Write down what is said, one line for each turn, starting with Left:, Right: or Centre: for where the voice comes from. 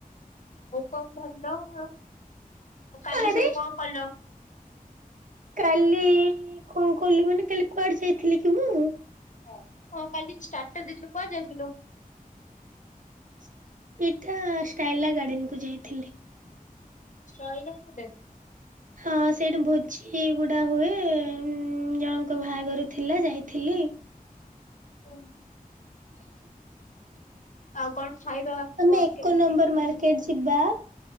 Left: କଣ ଭଲ। ଆଉ କାଲି
Right: ଆରେ
Left: ସବୁ କଣ କଲ?
Right: କାଲି କଣ କଲୁ ମାନେ କାଲି କୁଆଡେ ଯାଇଥିଲି କି ମୁଁ?
Left: ହଁ। ହଁ କାଲି ଷ୍ଟାର୍ଟସ ଦେଇଥିଲୁ କୁଆଡ଼େ ଯାଇଥିଲୁ?
Right: ସେଇଟା ଷ୍ଟାଇଲା ଗାର୍ଡେନ କୁ ଯାଇଥିଲି।
Left: ଷ୍ଟାଇଲା ଗାର୍ଡେନ।
Right: ହଁ ସେଇଠି ଭୋଜି ଗୁଡା ହୁଏ। ଉଁ ଜଣଙ୍କ ବାହାଘର ଥିଲା ଯାଇଥିଲି।
Left: <unintelligible>
Right: <unintelligible>
Left: ଆଉ କଣ ଖାଇବା
Right: ଆମେ
Left: କଣ
Right: ଏକ
Left: କେମିତି
Right: ନମ୍ବର ମାର୍କେଟ ଯିବା।